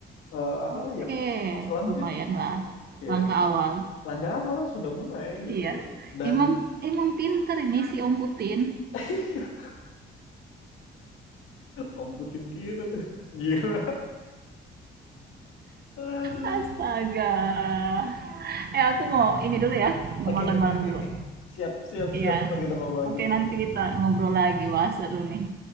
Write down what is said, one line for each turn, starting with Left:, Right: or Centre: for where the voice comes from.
Left: Eh, apa
Right: Oke,
Left: yang perselamnya.
Right: lumayan lah
Left: ya
Right: langkah awal.
Left: langkah awal sudah mulai gitu
Right: Iya.
Left: loh. Dan
Right: Emang emang pinter ini si Om Putin.
Left: <laughs> Om Putin kita tuh gila Aduh.
Right: Astaga. Eh, aku mau ini dulu ya. Mau
Left: Oke,
Right: makan
Left: oke,
Right: malam
Left: oke,
Right: dulu.
Left: oke. Siap, siap, siap.
Right: Iya.
Left: Ntar kita ngobrol lagi
Right: Oke,
Left: deh
Right: nanti
Left: kalau gitu.
Right: kita ngobrol lagi. Wah, seru nih.